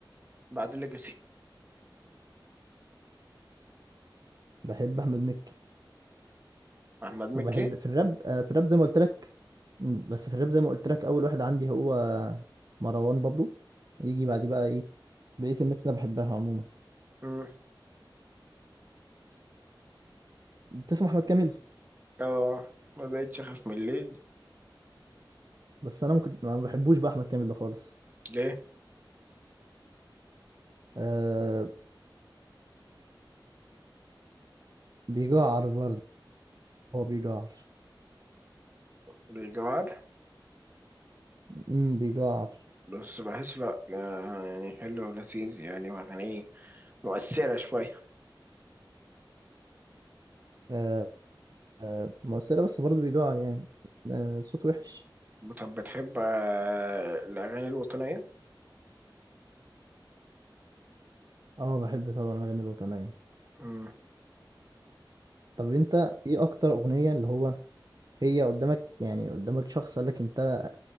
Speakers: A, on the right; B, on the right.
A: بعد ليجاسي
B: بحب احمد مكي
A: احمد مكي
B: وبحب في الراب آه، في الراب زي ما قلت لك أمم، بس في الراب زي ما قلت لك اول واحد عندي هو مروان بابلو يجي بعديه بقى ايه بقية الناس اللي أنا بحبها عموما
A: مم.
B: بتسمع احمد كامل
A: اه ما بقتش اخاف من الليل
B: بس انا ممكن ما بحبوش بقى احمد كامل ده خالص
A: ليه
B: آه بيجعر برضه هو بيجعر
A: بيجوار
B: امم بيجعر
A: بس بحس لا آه، يعني حلو ولذيذ يعني واغانيه مؤثرة شوية
B: آه آه مؤثرة بس برضه بيجعر يعني آه صوت وحش
A: طب بتحب آه، الأغاني الوطنية؟
B: اه بحب طبعا الاغاني الوطنية
A: مم.
B: طب انت ايه اكتر اغنية اللي هو هي قدامك يعني قدامك شخص قال لك انت